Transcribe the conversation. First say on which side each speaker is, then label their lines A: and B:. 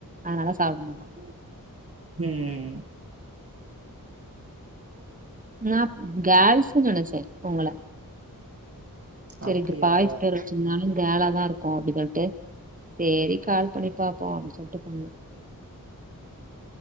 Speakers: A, on the right; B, on the right.
A: அதுனால சாப்ட மாட்டோ
B: ம் ம்
A: நா கேல்ஸ்ஸுன்னு நெனைச்சே உங்கள செரின்ட்டு
B: அப்டியா
A: பாய்ஸ் <unintelligible> இருந்தாலு கேலா தா இருக்கு அப்டி சொல்ட்டு செரி கால் பண்ணி பாப்போ அப்டின் சொல்ட்டு பண்ண